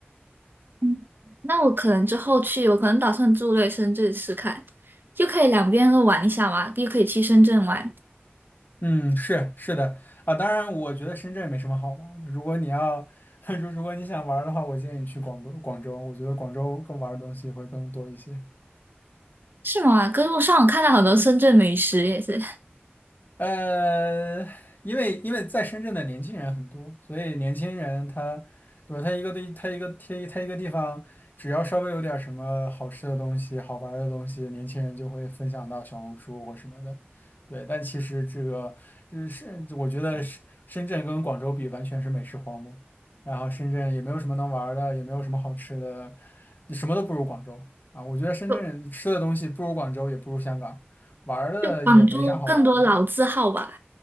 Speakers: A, on the right; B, on the left.
A: 嗯那我可能之后去，我可能打算住在深圳试看，就可以两边都玩一下嘛，又可以去深圳玩，
B: 嗯，是是的啊，当然，我觉得深圳没什么好玩儿如果你要，<laughs> 如如果你想玩儿的话，我建议你去广东、广州。我觉得广州更玩儿的东西会更多一些。
A: 是吗？可是我上网看到很多深圳美食也是，
B: 呃，因为因为在深圳的年轻人很多，所以年轻人他，对吧？他一个地，他一个他一他一个地方，只要稍微有点什么好吃的东西、好玩儿的东西，年轻人就会分享到小红书或什么的。对，但其实这个，这是我觉得深深圳跟广州比，完全是美食荒漠。然后深圳也没有什么能玩儿的，也没有什么好吃的，什么都不如广州啊。我觉得深圳吃的东西不如广州，
A: 就
B: 也不如香港，玩儿的也没啥好玩儿的。
A: 就广州更多老字号吧，